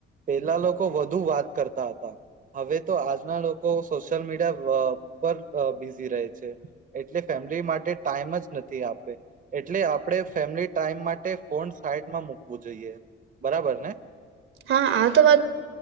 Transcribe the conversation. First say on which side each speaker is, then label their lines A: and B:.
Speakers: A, on the right; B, on the right.
A: પેલા લોકો વધુ વાત કરતા હતા, હવે તો આજના લોકો સોશિયલ મીડિયા પા પર બિઝી રહે છે, એટલે ફેમિલી માટે ટાઈમ જ નથી, આપે એટલે આપણે ફેમિલી ટાઈમ માટે ફોન સાઈડમાં મુક <unintelligible> જોઈએ બરાબર ને.
B: હા આ તો વાત